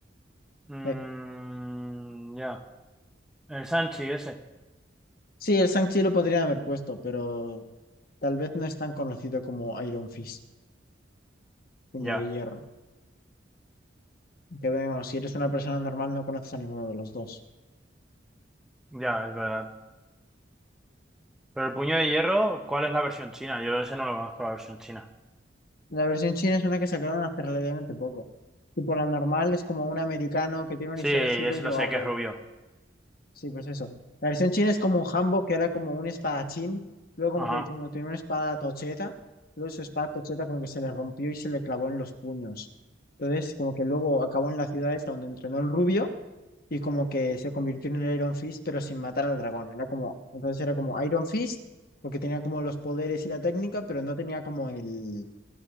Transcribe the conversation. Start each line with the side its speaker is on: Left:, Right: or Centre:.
Centre: Mm,
Left: Eh,
Centre: ya. El Sanchi ese.
Left: sí, el Shang-Chi lo podrían haber puesto, pero tal vez no es tan conocido como Iron Fist, puño
Centre: Ya,
Left: de hierro. Que vemos, si eres una persona normal, no conoces a ninguno de los dos.
Centre: ya, es verdad. Pero el puño de hierro, ¿cuál es la versión china? Yo ese no lo conozco, la versión china.
Left: La versión china es una que sacaron hace relativamente poco. Tipo, la normal es como un americano que tiene una
Centre: Sí,
Left: historia
Centre: ese
Left: así rollo
Centre: lo sé
Left: Arrow.
Centre: que es rubio.
Left: Sí, pues eso. La versión china es como un Hanbok que era como un espadachín. Luego como
Centre: Ajá.
Left: que como tiene una espada tocheta. Luego su espada tocheta como que se le rompió y se le clavó en los puños. Entonces como que luego acabó en la ciudad esta donde entrenó el rubio y como que se convirtió en el Iron Fist pero sin matar al dragón. Era como, entonces era como Iron Fist porque tenía como los poderes y la técnica pero no tenía como el,